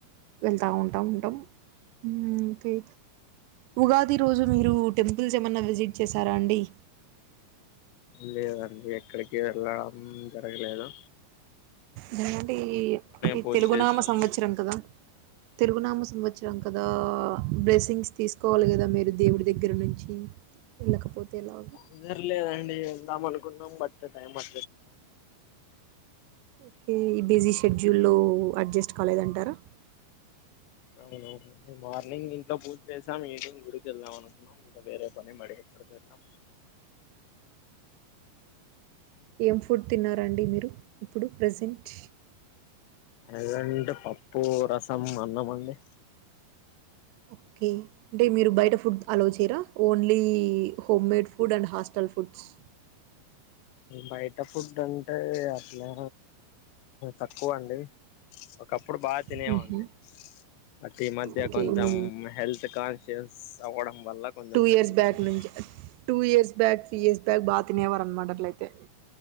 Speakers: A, on the right; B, on the left.
A: వెళ్తూ ఉంటూ ఉంటాంకే ఉగాది రోజు మీరు టెంపుల్స్ ఏమన్నా విజిట్ చేశారా అండి
B: లేదండి ఎక్కడికి ఎళ్ళా మ్మ్ జరగలేదా
A: జనకంటే ఈ
B: పూజ
A: తెలుగునామ
B: చేసాం
A: సంవత్సరం కదా తెరుగునామ సంవత్సరం కదా బ్లెస్సింగ్స్ తీసుకోవాలి కదా మీరు దేవుడి దగ్గర నుంచి వెళ్ళకపోతే ఎలాగా?
B: కుదరలేదండి ఉందాం అనుకుందాం బట్ట టైం అ
A: ఓకే ఈ బిజీ షెడ్యూల్ యి అడ్జస్ట్ కాలేదంటారా
B: అవునవును మార్నింగ్ ఇంట్లో పూజ చేసాం ఈవినింగ్ గుడికి వెళ్దాం అనుకున్నాం ఇంకా వేరే పని పడి ఎక్కడ వెళ్దం
A: ఏం ఫుడ్ తిన్నారండి మీరు ఇప్పు ప్రజెంట్
B: ఏదంటే పప్పు రసం అన్నమండి
A: ఓకే అంటే మీరు బయట ఫుడ్ అలో చేయరా only home made food and hostel foods
B: బయట ఫుడ్ అంటే అట్లా తక్కువ అండి ఒకప్పుడు బాగా తినే
A: హుహు.
B: వాన్ని బట్ ఈ మధ్య
A: ఓకే.
B: కొంచెం
A: మీ
B: హెల్త్ కాన్షియస్ అవ్వడం వల్ల కొంచెం
A: ఇయర్స్
B: తగ్గించాను
A: బ్యాక్ నుంచి ఇయర్స్ బ్యాక్, ఇయర్స్ బ్యాక్ బా తినేవారు అన్మాట అట్లైయితే